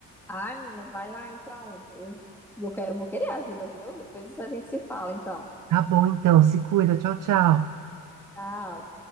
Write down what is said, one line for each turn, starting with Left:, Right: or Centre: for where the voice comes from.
Centre: Ai, menina, vai lá então. Eu, eu quero, vou querer ajuda, viu? Depois a gente se fala, então.
Right: Tá bom, então. Se cuida. Tchau, tchau.
Centre: Tchau.